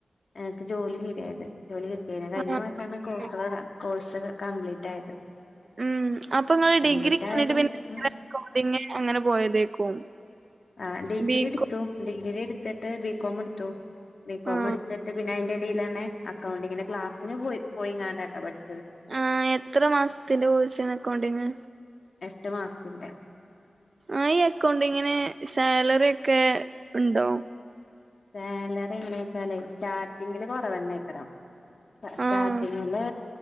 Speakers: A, on the left (about 65°); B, on the right (about 60°).
A: എനക്ക് ജോലി ചെയരയത് ജോലി കിട്ടിയരുന്നു കഴിഞ്ഞ
B: ആഹ്
A: മാസമാണ് കോഴ്സ കോഴ്സ് കംപ്ലീറ്റ് ആയത്
B: ഉം അപ്പൊ നിൾ
A: കംപ്ലീറ്റ്
B: ഡിഗ്രി കണിട്ട്
A: ആയതും
B: പിന്നെോഡ
A: ഉം
B: അങ്ങനെ പോയതേക്കും
A: ആഹ ഡിഗ്രി
B: ബികോം
A: എടുത്തു ഡിഗ്രി എടുത്തിട്ട് ബികോം എടുത്തു ബികോം
B: ആഹ്
A: എടുത്തിട്ട് പിന്നെ അതിന്റെ ഇടയിൽ തന്നെ അക്കൗണ്ടിങ്ങിന്റെ ക്ലാസ്സിന് പോയി പോയിങ്ങണ്ടാട്ട പഠിച്ച
B: ആ എത്ര മാസത്തിന്റെ പോഴസ നക്കണ്ടങ്
A: ഇഷ്ടമാസന്റെ
B: ആ ഈ അക്കൗണ്ട് ഇങ്ങനെ സാലറി ഒക്കെ ഉണ്ടോ
A: സാലറി എങ്ങനെ വെച്ചാലേ സ്റ്റാർട്ടിങ്ങില് കൊറവ തന്നക്കരാാം സ്റ്റ സ്റ്റാർട്ടിങ്ങില്
B: ആഹ്